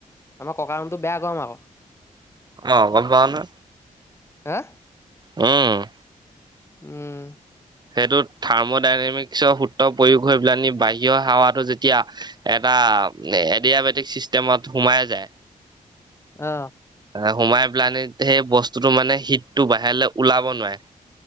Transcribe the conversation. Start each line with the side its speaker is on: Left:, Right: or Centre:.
Left: আমাৰ ককা ৰুমতো বেয়া গৰম আক।
Right: অ গম পাওঁ নহয়।
Left: হা
Right: উম
Left: উম
Right: সেইটো থাৰ্ম ডাইনেমিক্সৰ সূত্ৰ প্ৰয়োগ হৈ পেলাই নি বাহিৰৰ হোৱাটো যেতিয়া এটা এটিয়াবেটিক চিষ্টেমত সোমাই যায়।
Left: অহ
Right: সোমাই পেলানে সেই বস্তুতটো মানে শীততটো বাহিৰলৈ ওলাব নোৱাৰে।